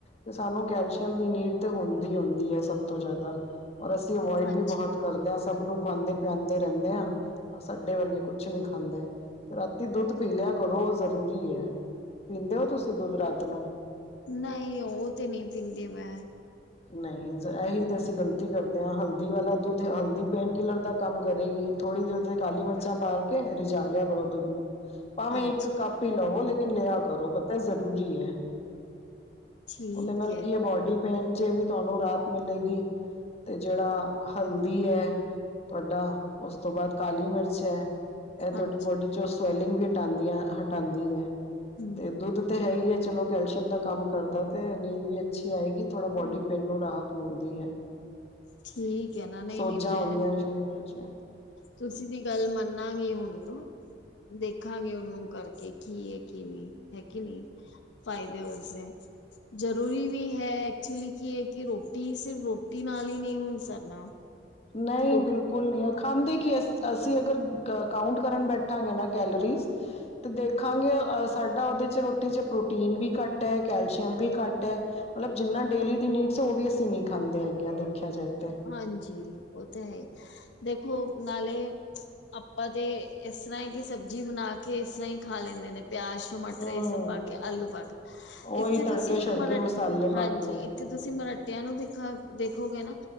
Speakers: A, on the left; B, on the left.
A: ਤੇ ਸਾਨੂੰ ਕੈਲਸ਼ੀਅਮ ਦੀ ਨੀਡ ਤੇ ਹੁੰਦੀ-ਹੁੰਦੀ ਐ ਸਭ ਤੋਂ ਜਾਏਦਾ। ਔਰ ਅਸੀਂ ਅਵੋਇਡ
B: ਹਾਂਜੀ,
A: ਵੀ ਬੋਹਤ ਕਰਦੇ ਆਂ, ਸਭ ਨੂੰ ਖਵਾਂਦੇ ਪਿਆਂਦੇ ਰੈਨੇ ਆਂ, ਸਾਡੇ ਵਰਗੇ ਕੁ ਨੀ ਖਾਂਦੇ ਤੇ ਰਾਤੀ ਦੁੱਧ ਪੀ ਲੇਆ ਕਰੋ ਉਹ ਜ਼ਰੂਰੀ ਏ। ਪੀਂਦੇ ਓ ਤੁਸੀਂ ਦੁੱਧ ਰਾਤ ਨੂੰ?
B: ਨਈ ਉਹ ਤੇ ਨਈ ਪੀਂਦੀ ਮੈਂ।
A: ਨਈ ਜ਼ ਐਹੀ ਤੇ ਅਸੀਂ ਗ਼ਲਤੀ ਕਰਦੇ ਆਂ, ਹਲਦੀ ਵਾਲਾ ਦੁੱਧ, ਹਲਦੀ ਪੇਨ ਕਿਲਰ ਦਾ ਕੰਮ ਕਰੇਗੀ। ਥੋੜੀ ਦੇਰ ਉ ਤੇ ਕਾਲੀ ਮਰਚਾਂ ਪਾਲ ਕੇ ਰੀਝਾ ਲੇਆ ਕਰੋ ਦੁੱਧ ਨੂੰ, ਭਾਵੇਂ
B: ਅੱਛਾ
A: ਇੱਕ ਕੱ ਪ ਈ ਲੋ ਲੇਕਿਨ ਲੇਆ ਕਰੋ, ਪਤਾ ਜ਼ਰੂਰੀ ਯੈ।
B: ਠੀਕ
A: ਓਹਦੇ ਨਾਲ
B: ਹੈ,
A: ਕੀ ਏ, ਬੋਡੀ ਪੇਨ ਚ ਵੀ ਤਾਨੂੰ ਰਾਹਤ ਮਿਲੇਗੀ। ਤੇ ਜੇਹੜਾ ਹਲਦੀ ਐ ਤੁਆਡਾ ਉਸ ਤੋਂ ਬਾਅਦ ਕਾਲੀ ਮਿਰਚ ਐ। ਏਹ
B: ਹਾਂਜੀ
A: ਤੁਆਡੀ ਬੋਡੀ ਚੋਂ ਸਵੈਲਿੰਗ ਵੀ ਹਟਾਂਦੀਆਂ ਹਟਾਂਦੀ ਏ।
B: ਹੂੰ,
A: ਤੇ ਦੁੱਧ ਤੇ ਹੈ ਈ ਏ ਚਲੋ ਕੈਲਸ਼ੀਅਮ ਦਾ ਕਾਮ ਕਰਦਾ ਤੇ ਨੀਂਦ ਵੀ ਅੱਛੀ ਆਏਗੀ ਥੋੜਾ ਬੋਡੀ
B: ਹੂੰ
A: ਪੇਨ ਨੂੰ ਰਾਹਤ ਮਿਲਦੀ ਐ।
B: ਠੀਕ ਹੈ ਨਾ ਨਹੀਂ-ਨਹੀਂ
A: ਸੋਜਾਂ
B: ਮੈਂ
A: ਆਉਂਦੀਆਂ ਨੇ ਸਰੀਰਾਂ ਚ ਏਹ।
B: ਤੁਸੀਂ ਵੀ ਗਾਲ ਮੰਣਨਾਗੇ ਹੁਣ ਦੂ। ਦੇਖਾਂਗੇ ਓਹਨੂੰ ਕਰਕੇ ਕੀ ਐ ਕੀ ਨੀ, ਹੈ ਕਿ ਨਈ? ਫ਼ਾਏਦੇ ਉਸਦੇ। ਜਰੂਰੀ ਵੀ ਹੈ ਐਕਚੁਲੀ ਕੀ ਏ ਕਿ ਰੋਟੀ ਹੀ ਸਿਰਫ ਰੋਟੀ ਨਾਲ ਈ ਨਈ ਹੁਣ ਸਰਨਾ।
A: ਨਈ
B: ਲੋਕ
A: ਬਿਲ ਕੁਲ ਨੀ, ਖਾਂਦੇ ਕੀ ਅਸ ਅਸੀਂ ਅਗਰ ਕ ਕਾਉਂਟ ਕਰਨ ਬੈਠਾਂਗੇ ਨਾ ਕੈਲਰੀਜ਼ ਤੇ ਦੇਖਾਂਗੇ ਅ ਸਾਡਾ ਓਹਦੇ ਚ ਰੋਟੀ ਚ ਪ੍ਰੋਟੀਨ ਵੀ ਕਾਟ ਏ, ਕੈਲਸ਼ੀਅਮ ਵੀ ਕਾ ਟ ਹੈ ਮਤਲੱਬ ਜਿੰਨਾ ਡੇਲੀ ਦੀ ਨੀਡਸ ਏ ਉਹ ਵੀ ਅਸੀਂ ਨਈ ਖਾਂਦੇ ਹੈਗੇ ਆਂ ਦੇਖੇਆ ਜਾਏ ਤੇ।
B: ਹਾਂਜੀ ਉਹ ਤੇ ਹੈ ਈ, ਦੇਖੋ ਨਾਲੇ ਅਪਾਂ ਤੇ ਏਸ ਰ੍ਹਾਂ ਹੀ ਕਿ ਸਬਜ਼ੀ ਬਣਾ ਕੇ ਏਸ ਰ੍ਹਾਂ ਹੀ ਖਾ ਲੈਂਦੇ ਨੇ ਪੇਆਜ ਟਮਾਟਰ
A: ਹਮ
B: ਏਹ ਸਭ ਪਾ ਕੇ, ਆਲੂ ਪਾ ਕੇ
A: ਉਹੀ
B: ਏਥੇ
A: ਤੜਕੇ
B: ਤੁਸੀਂ
A: ਛੜਕੇ
B: ਮਨਡ
A: ਮਸਾਲੇ
B: ਹਾਂਜੀ
A: ਪਾ ਕੇ
B: ਤੇ ਤੁਸੀਂ ਮਰਟੇਆਂ ਨੂੰ ਦਿਖਾ, ਦੇਖੋਗੇ ਨਾ